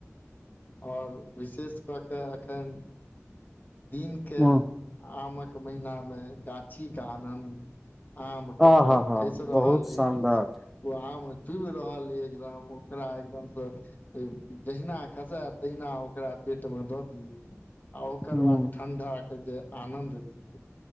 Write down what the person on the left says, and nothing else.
आओर विशेष कऽ कऽ एखन दिनके
आमक महिनामे गाछीके आनन्द आम टपटप
खैस रहल
अछि ओ आम तुबि रहल एकदम ओकरा एकदमसँ जहिना खसे तहिना ओकरा पेटमे द दियो ओकर
बाद ठंडा के जे आनन्द छै